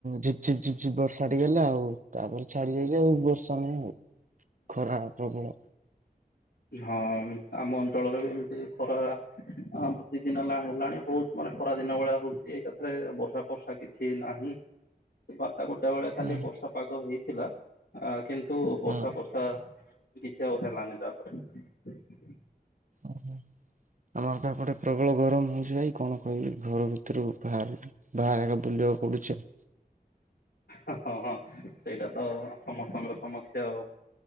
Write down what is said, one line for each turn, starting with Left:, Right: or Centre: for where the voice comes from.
Right: ଝିପ ଝିପ୍ ଝିପଝପ ବର୍ଷା ଟିଏ ଗଲା ଆଉ ତାପରେ ଛାଡି ଯଲିି ଆଉ ବର୍ଷା ନଁ ଆଉ ଖରା ପ୍ରବଳ।
Left: ହଁ ଆମ ଅଞ୍ଚଳରେ ବି ଏମିତି ଖରାତି ଦିନ ହେଲାଣି ହେଲାଣି ବହୁତ ମାନେ ଖରା ଦିନ ଭଳିଆ ହଉଛି ଏକାଥରେ ବର୍ଷା ଫର୍ଷା କିଛି ନାହିଁ। ବାରଟା ଗୋଟା ବେଳେ ଖାଲି
Right: ହଁ
Left: ବର୍ଷା ପାଗ ହେଇଥିଲା କିନ୍ତୁ ବର୍ଷା
Right: ହଁ
Left: ବର୍ଷା କିଛିିବା କଠାରିଲାନି ତାପରେ
Right: ଓ ହୋ। ଆମର ତାପଟେ ପ୍ରବଳ ଗରମ ହଉଛି ଭାଇ କଣ କହିବି ଘର ଭିତରୁ ବାହାରି। ବାହାରଙ୍କା ବୁଲିବାକୁ ପଡୁଛ ଆଉ।
Left: ହଁ ହଁ ସେଇଟା ତ ସମସ୍ତଙ୍କର ସମସ୍ୟା ଆଉ।